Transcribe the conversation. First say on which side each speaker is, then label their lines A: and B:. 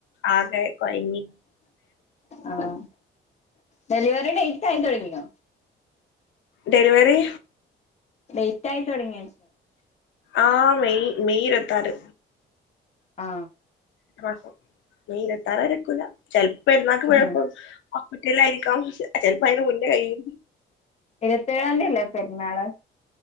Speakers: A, on the left; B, on the left.
A: ആകെ കൊയ്‌ങ്ങി.
B: ആഹ് ഡെലിവറി ഡേയ്റ്റായി തൊടങ്ങ്യാെ.
A: ഡെലിവറി
B: ഡെയ്റ്റയി തൊടങ്ങ്യാേയ്ച്.
A: ആ മെയ് മെയ് ഇരുപത്താറ്.
B: ആ
A: അ മെയ് ഇരുത്താറ് വരെ നിക്കൂല. ചെൽപ്പം പെരുന്നാക്ക്
B: ഉം
A: മുയ് വൻ ഹോസ്പിറ്റലിലായിരിക്കാം. ചെൽപ്പോ അയിന് മുന്നെ കൈയ്യും.
B: ഇരുപതേയാന്ത്യല്ലെ പെരുന്നാള്.